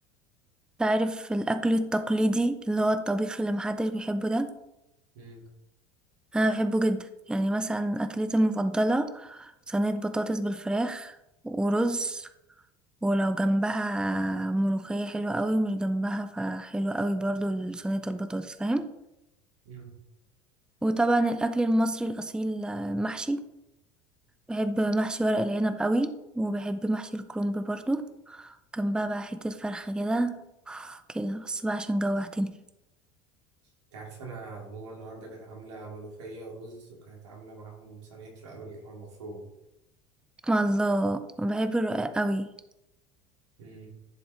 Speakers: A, in the centre; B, on the right (about 80°).
A: تعرف الأكل التقليدي اللي هو الطبيخ اللي محدش بيحبه ده
B: امم
A: أنا بحبه جدا يعني مثلا أكلتي المفضلة صينية بطاطس بالفراخ ورز ولو جنبها ملوخية حلوة قوي مش جنبها فحلوة قوي برضو صينية البطاطس فاهم
B: امم
A: وطبعا الأكل المصري الأصيل آه، محشي بحب محشي ورق العنب قوي وبحب محشي الكرنب برضو جنبها بقى حتة فرخة كده كده بس بقى عشان جوعتني
B: انت عارفة انا ماما النهاردة كانت عاملة ملوخية ورز وكانت عاملة معاهم صينية رقبة اللحمة المفرومة
A: مع الله بحب الرقاق قوي
B: امم